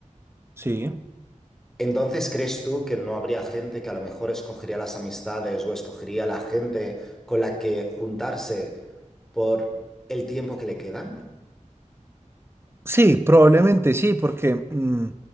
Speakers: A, on the right; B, in the centre.
A: Sí.
B: Entonces, ¿crees tú que no habría gente que a lo mejor escogería las amistades o escogería la gente con la que juntarse por el tiempo que le quedan?
A: Sí, probablemente sí, porque mm,